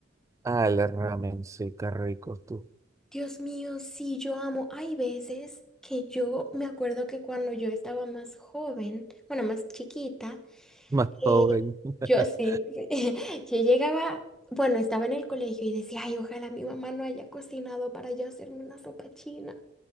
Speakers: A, on the right; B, in the centre.
A: Ah, el ramen, sí, qué rico tú.
B: Dios mío, sí, yo amo. Hay veces que yo me acuerdo que cuando yo estaba más joven, bueno, más chiquita,
A: Más
B: eh,
A: joven. <laughs>
B: yo sí, <laughs> yo llegaba, bueno, estaba en el colegio y decía, ay, ojalá mi mamá no haya cocinado para yo hacerme una sopa china.